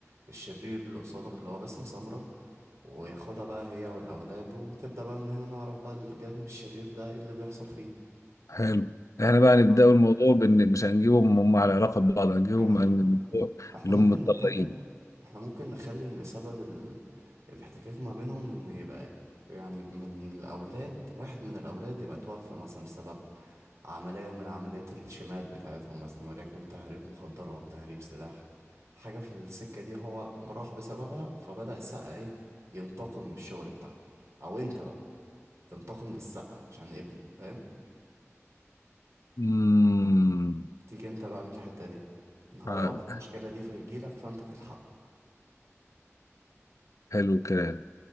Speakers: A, on the right (about 65°); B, on the left (about 90°).
A: الشرير اللي قصادك اللي هو باسم سمرة وياخدها بقى هي والأولاد وتبدأ بقى من هنا نعرف بقى الجانب الشرير ده ايه اللي بيحصل فيه
B: حلو احنا بقى
A: بالظبط
B: نبدأ الموضوع بان مش هنجيبهم هم على علاقة ببعض هنجيبهم
A: احنا م...
B: عن الموضوع
A: احنا
B: اللي
A: ممكن
B: هم متطلقين
A: نخلي احنا ممكن نخلي ان سبب ال... الاحتكاك ما بينهم ان يبقى يعني من الاولاد واحد من الاولاد يبقى توفى مثلا بسبب عملية من عمليات الشمال بتاعتهم مثلا وليكن تهريب مخدرات تهريب سلاح حاجة في السكة دي هو راح بسببها فبدأ السقا ايه ينتقم من الشغل بتاعه او انت بقى تنتقم للسقا عشان ابنه فاهم
B: امم
A: تيجي انت بقى من الحتة دي ان هو
B: آه،
A: يقع في المشكلة دي فيجيلك فانت تلحقه
B: حلو الكلام